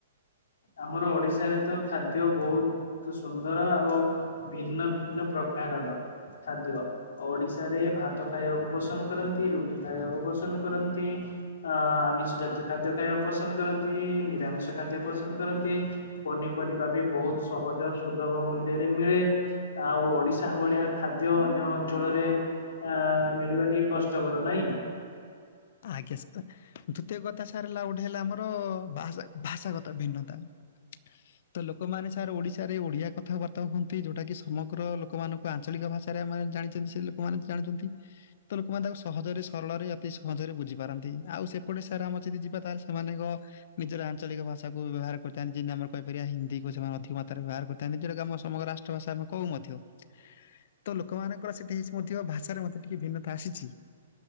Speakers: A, on the left; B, on the left.
A: ଆମର ଓଡିଶାରେ ତ ଖାଦ୍ୟ ବହୁତ। ଅତି ସୁନ୍ଦର ଆଉ ଭିନ୍ନ ଭିନ୍ନ ପ୍ରକାରର ଖାଦ୍ୟ ଓଡିଶ ତାରେ ଭାତ ଖାଇବାକୁ ପସନ୍ଦ କରନ୍ତି ରୁଟି ଖାଇବା କୁ ପସନ୍ଦ କରନ୍ତି। ଆ ଆମିଷ ଜାତୀୟ ଖାଦ୍ୟ ଖାଇବାକୁ ପସନ୍ଦ କରନ୍ତି ନିରାମିଷ ଖାଦ୍ୟ ପସ ଇଏ କରନ୍ତି ପନିପରିବା ବି ବହୁତ ସହଜ ସୁଲଭ ମୂଲ୍ୟ ରେ ମିଳେ। ଆଉ ଓଡିଶା ଭଳିଆ ଖାଦ୍ୟ ଅନ୍ୟ ଅଞ୍ଚଳରେ ଆ ମିଳିବା ଟିକେ କଷ୍ଟକର ନାଇଁ।
B: ଆଜ୍ଞା ସତ ଦୁତୀୟ କଥା ସାର୍ ହେଲା ଗୋଟେ ହେଲା ଆମର ଭାଷା ଭାଷାଗତ ଭିନ୍ନତା। <inaudible> ତ ଲୋକମାନେ ସାର୍ ଓଡିଶାରେ ଓଡିଆ କଥାବାର୍ତ୍ତା ହୁଅନ୍ତି ଯୋଉଟା କି ସମଗ୍ର ଲୋକମାନାନଙ୍କୁ ଆଞ୍ଚଳିକ ଭାଷା। ସାରେ ଆମେ ଜାଣିଚନ୍ତି ସେ ଲୋକମାନେ ଜାଣିଛନ୍ତଚ ତ ଲୋକମାନେ ତା ସହଜରେ ସରଳରେ ଅତି ସ ମଜାରେ ବୁଝିପାରନ୍ତି ଆଉ ସେପଟେ ସାର ଆମର ଯଦି ତାହାଲେ ନିଜର ଆଞ୍ଚଳିକ ଭାଷାକୁ ବ୍ୟବହାର କରିଥାନ୍ତି ଯେମିତି ଆମେ କହି ପାରିବା ହିନ୍ଦୀ କୁ ଅଧିକ ମାତ୍ରା ରେ ବାର କରିଥାନ୍ତି ଯଉ କି ସମଗ୍ର ରାଷ୍ଟ୍ର ଚ ସାମ କୋଉ ମଧ୍ୟ ତ ଲୋକମାନଙ୍କର ସେତିକି ମଧ୍ୟ ଭାଷାରେ ମତେ ଟିକେ ଭିନ୍ନତା ଆସିଛି।